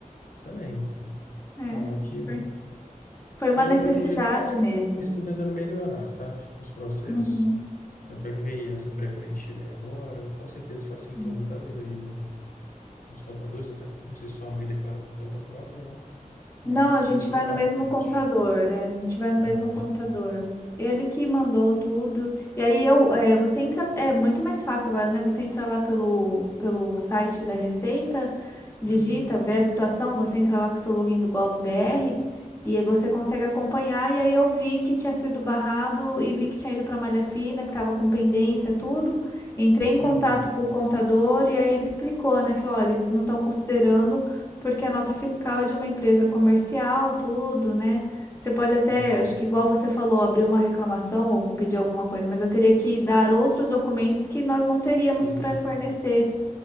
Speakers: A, on the left; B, on the left.
A: também.
B: é.
A: Falar que,
B: por- Foi uma
A: hoje,
B: necessidade
A: em- hoje em dia eles estão
B: mesmo.
A: eles estão tentando melhorar, sabe? Os processos.
B: Uhum,
A: Tanto é que veio essa pré-preenchida aí agora, com certeza facilitou
B: sim.
A: muito a vida aí dos contadores, até não sei se sua mãe declara por conta própria, né? Mas
B: Não,
A: facilitou
B: a gente vai
A: bastante.
B: no mesmo contador, né? A gente vai no
A: Ah,
B: mesmo
A: sim.
B: contador. Ele que mandou tudo. E aí eu, é, você entra, é muito mais fácil agora, né? Você entra lá pelo, pelo site da Receita, digita,
A: Uhum,
B: vê a situação, você entra lá com o seu login do GovBR e aí você consegue acompanhar. E aí eu vi que tinha sido barrado e vi que tinha ido para malha fina, que estava com pendência, tudo. Entrei em
A: uhum.
B: contato com o contador e aí ele explicou, né? Falou, olha, eles não estão considerando porque a nota fiscal é de uma empresa comercial, tudo, né? Você pode até,
A: É,
B: acho que igual você falou, abrir uma reclamação ou pedir alguma coisa, mas eu teria que dar outros documentos que nós não teríamos
A: sim,
B: para
A: sim.
B: fornecer,